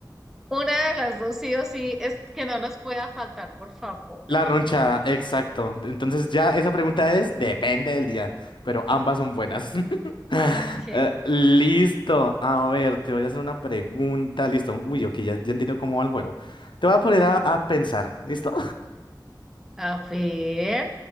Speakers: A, in the centre; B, on the left.
A: una de las dos sí o sí es que no nos pueda faltar, por favor.
B: La roncha, exacto. Entonces ya esa pregunta es, depende del día, pero ambas son buenas. <laughs>
A: Ok,
B: Eh, listo, a ver, te voy a hacer una pregunta, listo. Uy, ok, ya, ya entiendo cómo va el juego. Te voy a poner a, a pensar, ¿listo?
A: a ver.